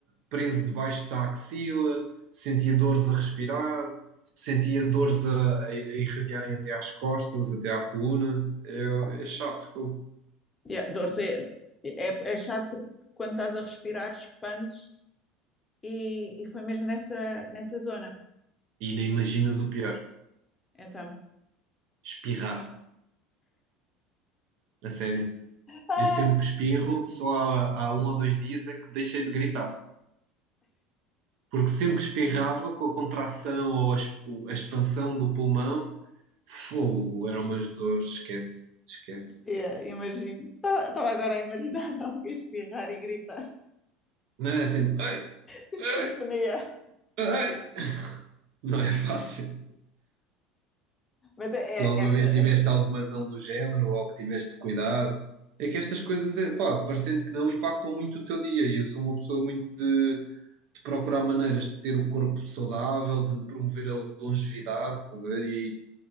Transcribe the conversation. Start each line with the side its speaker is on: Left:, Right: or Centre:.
Right: preso debaixo da axila, sentia dores a respirar, sentia dores a, a- a irradiarem até às costas, até à coluna. É, é chato, fogo.
Left: yeah. Dores é, é, é chato porque quando estás a respirar expandes e, e foi mesmo nessa, nessa zona.
Right: E nem imaginas o pior,
Left: Então,
Right: espirrar. A sério.
Left: Ai,
Right: Eu sempre que espirro, só há, há um ou dois dias é que deixei de gritar. Porque sempre que espirrava, com a contração ou a exp- a expansão do pulmão, Fogo, eram umas dores, esquece, esquece.
Left: yeah, imagino. Estava agora a imaginar <laughs> alguém espirrar e gritar.
Right: Não é sempre. Ai,
Left: Tipo
Right: ai,
Left: sinfonia.
Right: ai. Não é fácil.
Left: Mas é,
Right: Tu alguma
Left: é essa.
Right: vez
Left: essa
Right: tiveste alguma zão do género ou algo que tiveste de cuidar? É que estas coisas, é, pá, parecendo que não, impactam muito o teu dia. E eu sou uma pessoa muito de, de procurar maneiras de ter o corpo saudável, de promover a longevidade, estás a ver? E